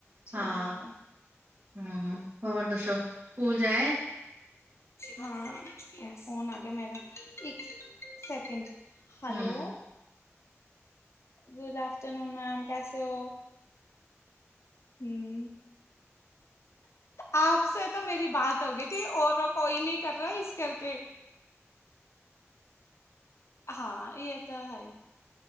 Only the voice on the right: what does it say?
ਹਾਂ
ਹੂੰ, ਹੋਰ ਦੱਸੋ ਸਕੂਲ ਜਾ ਆਏ?
ਹੂੰ।